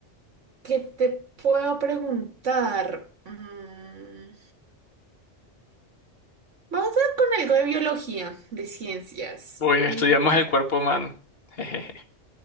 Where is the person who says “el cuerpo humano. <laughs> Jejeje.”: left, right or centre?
Left